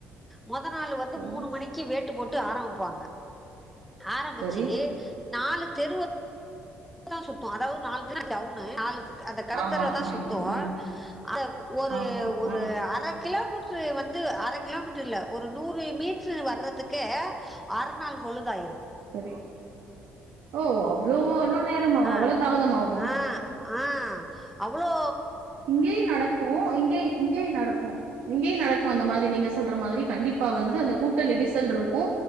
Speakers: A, in the centre; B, on the right.
A: மொத நாள் வந்து
B: சொல்லுங்க
A: மூணு மணிக்கு வேட்டு போட் ட்டு ஆரம்பிப்பாங்க ஆரம்பிச்சி
B: சரி
A: நாலு தெருவத்த த்தா சுத்தும் அதாவது நாலு தெரு டவுனு நாலு தெ அந்த கடத்தறவதா
B: ஆமா ம்
A: சுத்துவோ
B: ம் ம்
A: அத் ஒரு
B: ஆமா
A: ஒரு
B: ஆ
A: அர கிலோமீட்டரு வந்து அர கிலோமீட்டருயில்ல ஒரு நூறு மீட்டருவர்றதுக்கே அர நாள் பொழுதாயிரு
B: பெரி ஓ அவ்ளோ அளோ நேரமாவு
A: ஆ
B: அவ்ளோ தாமதமாவுமா
A: ஆ ஆ அவ்ளோ
B: இங்ககேய் நடக்கோ இங்கெய் இங்கெய் நடக்கோ இங்கயே நடக்கோ அந்த மாரி நீங்க சொல்ற மாரி கண்டிப்பா வந்து அந்த கூட்ட நெரிசல் இருக்கு